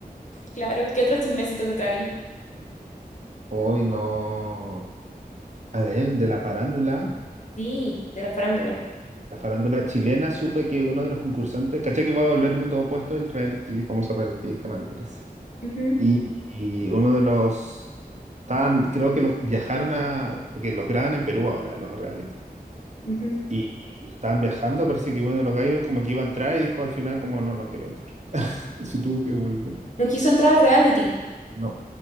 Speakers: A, on the left; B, on the right.
A: claro. ¿Qué otro chismecito te traí?
B: Hoy no. A ver, de la farándula,
A: Sí, de la farándula.
B: la farándula chilena, supe que uno de los concursantes, caché que va a volver Mundo Opuesto el reality, famoso reality de Canal trece.
A: Ujú,
B: Y, y uno de los... Estaban, creo que los viajaron a... Porque los graban en Perú ahora, los reality.
A: ujú.
B: Y, y estaban viajando, parece que uno de los gallos como que iba a entrar y dijo al final como no, no quiero entrar. Y se tuvo que volver.
A: No quiso entrar al reality.
B: No.